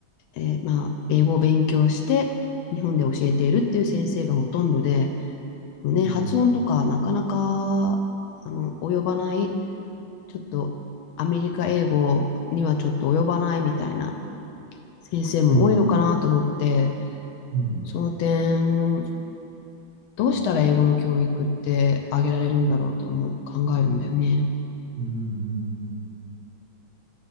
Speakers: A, on the left; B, on the right.
A: えーまあ英語を勉強して、日本で教えているっていう先生がほとんどで、ね、
B: うん、
A: 発音とかなかなか、あの、及ばない、ちょっとアメリカ英語にはちょっと及ばないみたいな先生も多いのかなと思って、
B: うん、うん、
A: その点、どうしたら英語の教育ってあげられるんだろうとも考えるんだよね。
B: うん、うん、うん。うん